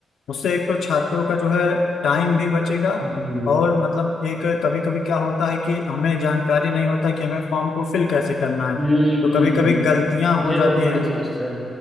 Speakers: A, on the left; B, in the centre.
A: उससे एक तो छात्रों का जो है टाइम भी बचेगा
B: हम्म
A: और मतलब एक कभी कभी क्या होता है कि हमें जानकारी नहीं होता कि हमें फॉर्म को फिल कैसे करना है
B: हम्म
A: तो कभी कभी गलतियां हो
B: ये
A: जाती
B: बहुत बड़ी
A: हैं
B: समस्या है